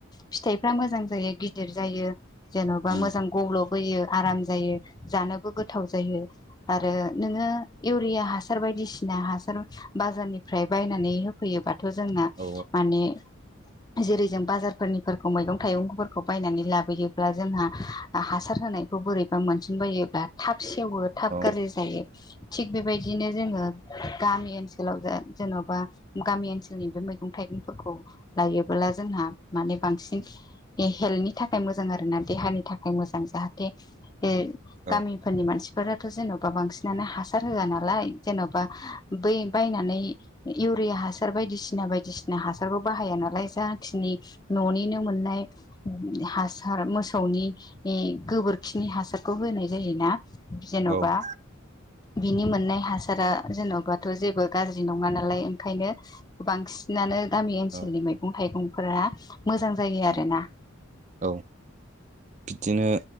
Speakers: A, on the left (about 20°); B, on the right (about 35°).
A: फिथाइफ्रा मोजां जायो गिदिर जायो जेन'बा
B: उम
A: मोजां गब्ल' बोयो आराम जायो जानोबो गोथाव जायो आरो नोंङो इवरिया हा सार बायदिसिना हासार बाजारनिफ्राय बायनानै होफैयोबा थ' जोंना
B: औ
A: माने जेरै जों बाजारफोरनिफोरखौ मैगं थाइगंफोरखौ बायनानै लाबोयोब्ला जोंहा हासार होनायखौ बोरैबा मोनसिनबायोब्ला थाब सेवो थाब
B: औ
A: गाज्रि जायो थिग बेबायदिनो जोङो गामि ओनसो लाव जेन'बा गामि ओनसोलनि बे मैगं थाइगंफोरखौ लायोबोला जोंहा माने बांसिन हेल्थनि थाखाय मोजां आरो ना देहानि थाखाय मोजां जाहाथे ए
B: औ
A: गामिफोरनि मानसिफोराथ' जेन'बा बांसिनानो हासार होआ ना लाय जेन'बा बै बायनानै इउरिया हासार बायदिसिना बाय बायदिसिना हासारखौ बाहाया ना लाय जाखिनि न'निनो मोननाय हासार मोसौनि ए गोबोरखिनि हासारखौ होनाय जायोना जेन'बा
B: उम
A: बिनि मोन सारा जेन'बाथ' जेबो गाज्रि नङा नालाय ओंखायनो बांसिनानो गामि ओनसोलनि
B: औ
A: मैगं थाइगंफोरा मोजां जायो आरोना
B: उम औ बिदिनो